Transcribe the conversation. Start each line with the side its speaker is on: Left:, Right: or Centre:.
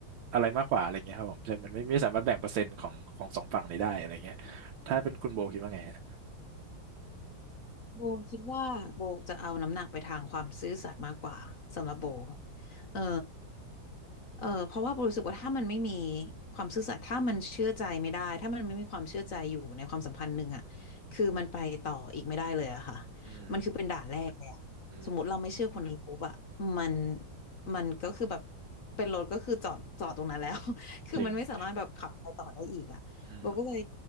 Right: อะไรมากกว่าอะไรเงี้ยครับผมใช่มันไม่ไม่สามารถแบ่งเปอร์เซ็นต์ของของสองฝั่งนี้ได้อะไรเงี้ยถ้าเป็นคุณโบคิดว่าไงฮะ
Left: โบคิดว่าโบจะเอาน้ำหนักไปทางความซื่อสัตย์มากกว่าสำหรับโบเออเออเพราะว่าโบรู้สึกว่าถ้ามันไม่มีความซื่อสัตย์ถ้ามันเชื่อใจไม่ได้ถ้ามันไม่มีความเชื่อใจอยู่ในความสัมพันธ์หนึ่งอะคือมันไปต่ออีกไม่ได้เลยอะค่ะ
Right: อืม
Left: มันคือเป็นด่านแรกเลยอะสมมติเราไม่เชื่อคนนี้ปุ๊บอะมัน
Right: อืม
Left: มันก็คือแบบเป็นรถก็คือจอดจอดตรงนั้นแล้ว <laughs> คือมันไม่สามารถแบบขับไปต่อได้อีกอะโบก็เลย
Right: จริงจริงอืม